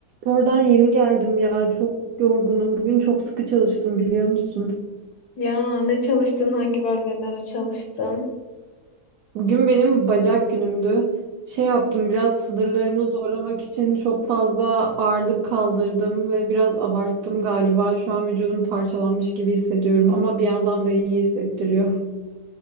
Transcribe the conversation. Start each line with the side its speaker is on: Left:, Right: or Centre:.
Right: Oradan yeni geldim ya. Çok yorgunum. Bugün çok sıkı çalıştım biliyor musun?
Left: Ya ne çalıştın, hangi bölgelere çalıştın?
Right: Bugün benim bacak günümdü. Şey yaptım biraz sınırlarımı zorlamak için çok fazla ağırlık kaldırdım ve biraz abarttım galiba. Şu an vücudum parçalanmış gibi hissediyorum ama bir yandan da iyi hissettiriyor.